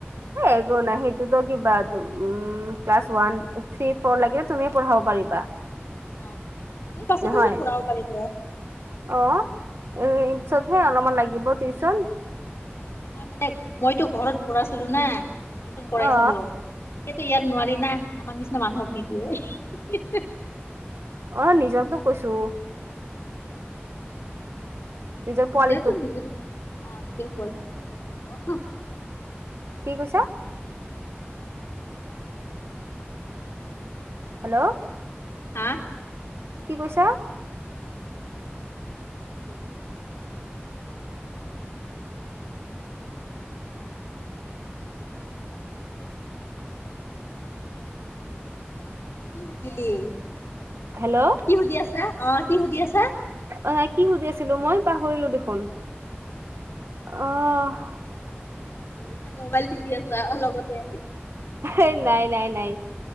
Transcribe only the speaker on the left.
অ', নিজৰ পাছতো
ফুৰাব পাৰিব অ'।
নহয় মানে মইতো ঘৰত পঢ়ছিলো না মই টিউচন কৰাইছিলো।
সেইটো ইয়াত নোৱাৰি না, আমাৰ নিচিনা মানুহক নিদিয়ে।
মানে
অ',
নিজৰটো, নিজৰ অ', নিজৰ পোৱালিটিটোক পঢ়াব।
হা'
কোনটো? কি সুধিলি
কি সুধি আছা অ', কি সুধি আছা।
পাহৰিলি নিকি তই মোবাইল টিপি আছা লগতে